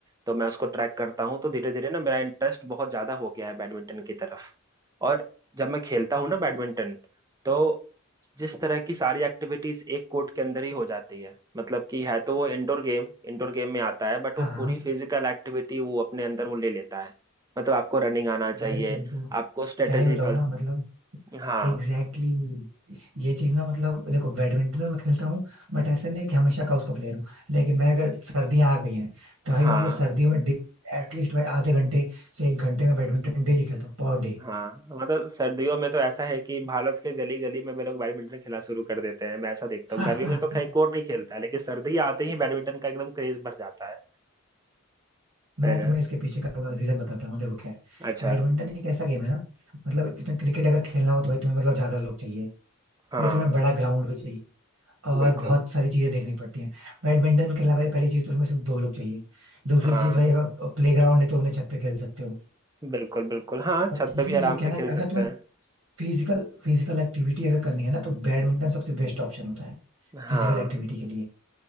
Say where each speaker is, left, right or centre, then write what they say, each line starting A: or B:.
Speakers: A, on the right (about 15°); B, on the right (about 85°).
A: तो मैं उसको ट्रैक करता हूँ तो धीरे धीरे ना मेरा इंटरेस्ट बहुत ज्यादा हो गया है बैडमिंटन की तरफ और जब मैं खेलता हूँ ना बैडमिंटन तो जिस तरह की सारी एक्टिविटीज एक कोर्ट के अंदर ही हो जाती है मतलब कि है तो वो इंडोर गेम इंडोर गेम में आता है बट
B: हाँ
A: वो
B: हाँ
A: पूरी फिजिकल एक्टिविटी वो अपने अंदर वो ले लेता है मतलब आपको रनिंग आना चाहिए
B: मैं भी तुमको
A: आपको स्ट्रेटेजी
B: क्या ही बताऊँ ना मतलब
A: हाँ
B: Exactly exactly ये चीज ना मतलब देखो बैडमिंटन में मैं खेलता हूँ बट ऐसा नहीं कि हमेशा का उसका प्लेयर हूँ लेकिन मैं अगर सर्दियाँ आ गई हैं तो भाई
A: हाँ
B: मतलब सर्दियों में एटलीस्ट भाई आधे घंटे से एक घंटे में बैडमिंटन डेली खेलता हूँ पर डे
A: हाँ मतलब सर्दियों में तो ऐसा है कि भारत के गली गली में भी लोग बैडमिंटन खेलना शुरू कर देते हैं मैं ऐसा देखता
B: हाँ
A: हूँ गर्मी
B: हाँ
A: में तो
B: हाँ
A: खैर कोई नहीं खेलता है लेकिन सर्दी आते ही बैडमिंटन का एकदम क्रेज भर जाता है
B: मैं
A: है
B: तुम्हें
A: ना
B: इसके पीछे का रीजन बताता हूँ देखो क्या है
A: अच्छा
B: बैडमिंटन एक ऐसा गेम है ना मतलब इसमें क्रिकेट अगर खेलना हो तो भाई तुम्हें मतलब ज्यादा लोग चाहिए
A: हाँ
B: फिर तुम्हें बड़ा ग्राउंड भी चाहिए और
A: बिल्कुल
B: बहुत सारी चीजें देखनी पड़ती हैं बैडमिंटन खेलना भाई पहली चीज तो उसमें सिर्फ दो लोग चाहिए दूसरी
A: हाँ
B: चीज भाई अगर प्ले ग्राउंड है तो अपने छत पे खेल सकते हो
A: बिल्कुल बिल्कुल हाँ
B: और
A: छत
B: तीसरी
A: पे भी
B: चीज
A: आराम
B: कहना
A: से खेल
B: है कि अगर
A: सकते
B: तुम्हें
A: हैं
B: फिजिकल फिजिकल एक्टिविटी अगर करनी है ना तो बैडमिंटन सबसे बेस्ट ऑप्शन होता है
A: हाँ
B: फिजिकल एक्टिविटी के लिए